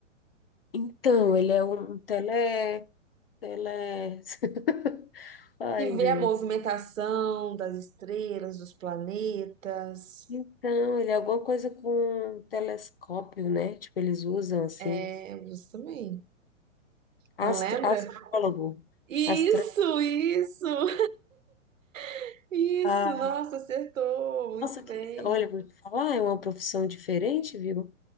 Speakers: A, on the left (about 50°); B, on the right (about 80°).
A: então, ele é um tele... tele... <laughs> Ai,
B: que
A: Deus.
B: vê a movimentação das estrelas, dos planetas.
A: Então, ele é alguma coisa com telescópio, né? Tipo, eles usam assim.
B: É, você também.
A: Astro...
B: Não lembra?
A: Astrólogo.
B: Isso,
A: Astro...
B: isso, <laughs> isso.
A: Ah,
B: Nossa, acertou. Muito
A: nossa, que...
B: bem.
A: olha, vou te falar, é uma profissão diferente, viu?